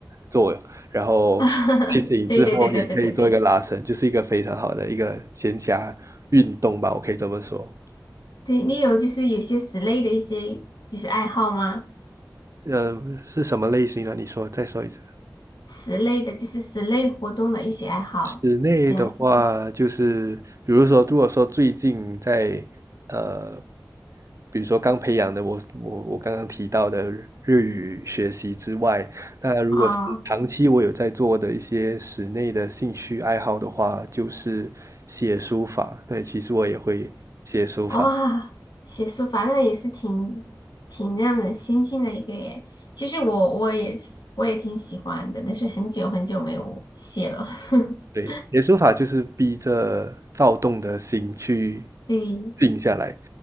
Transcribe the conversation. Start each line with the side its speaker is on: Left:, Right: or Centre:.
Right: 做，然后睡醒之后也可以做一个拉伸，
Left: <laughs> 对对对对对对对，
Right: 就是一个非常好的一个闲暇运动吧，我可以这么说。
Left: 对你有就是有些室内的一些就是爱好吗？
Right: 呃，是什么类型呢？你说，再说一次。
Left: 此类的，就是此类活动的一些爱好，
Right: 室内的话，
Left: 这样子
Right: 就是比如说，如果说最近在呃，比如说刚培养的我我我刚刚提到的日日语学习之外，那如果是长期我有在做的一些室内的兴趣爱好的话，
Left: 啊，
Right: 就是写书法。对，其实我也会写书法。
Left: 哇，写书法那也是挺挺让人心静的一个耶。其实我我也是我也挺喜欢的，但是很久很久没有写了。<laughs>
Right: 对，写书法就是逼着躁动的心去
Left: 对，
Right: 静下来，